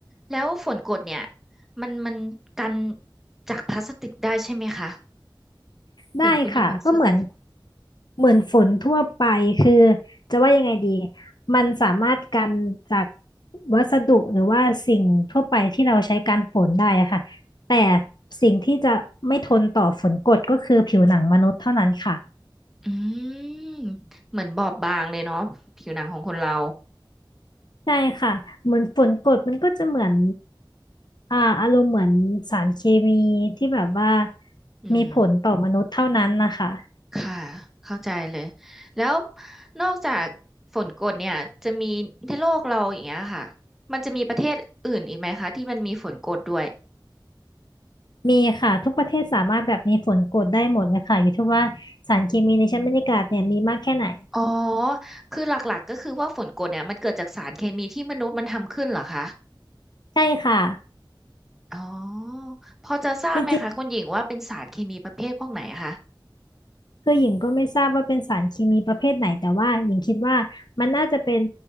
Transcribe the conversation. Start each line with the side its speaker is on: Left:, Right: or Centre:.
Centre: แล้วฝนกรดเนี่ยมันมันกันจากพลาสติกได้ใช่ไหมคะ
Left: ได้ค่ะก็เหมือน
Centre: เห็นคุณหญิงบอกเสื้อกันฝน
Left: เหมือนฝนทั่วไปคือจะว่ายังไงดีมันสามารถกันจากวัสดุหรือว่าสิ่งทั่วไปที่เราใช้กันฝนได้อะค่ะแต่สิ่งที่จะไม่ทนต่อฝนกรดก็คือผิวหนังมนุษย์เท่านั้นค่ะ
Centre: อืมเหมือนบอบบางเลยเนาะผิวหนังของคนเรา
Left: ใช่ค่ะเหมือนฝนกรดมันก็จะเหมือนอ่าอารมณ์เหมือนสารเคมีที่แบบว่า
Centre: อืม
Left: มีผลต่อมนุษย์เท่านั้นนะคะ
Centre: ค่ะเข้าใจเลยแล้วนอกจากฝนกรดเนี่ยจะมีในโลกเราอย่างเงี้ยค่ะมันจะมีประเทศอื่นอีกไหมคะที่มันมีฝนกรดด้วย
Left: มีค่ะทุกประเทศสามารถแบบมีฝนกรดได้หมดเลยค่ะอยู่ที่ว่าสารเคมีในชั้นบรรยากาศเนี่ยมีมากแค่ไหน
Centre: อ๋อ คือหลักๆก็คือว่าฝนกรดเนี่ยมันเกิดจากสารเคมีที่มนุษย์มันทำขึ้นเหรอคะ
Left: ใช่ค่ะ
Centre: อ๋อ พอจะทราบไหมคะคุณหญิงว่าเป็นสารเคมีประเภทพวกไหนคะ
Left: จริงๆคือหญิงก็ไม่ทราบว่าเป็นสารเคมีประเภทไหนแต่ว่าหญิงคิดว่ามันน่าจะเป็น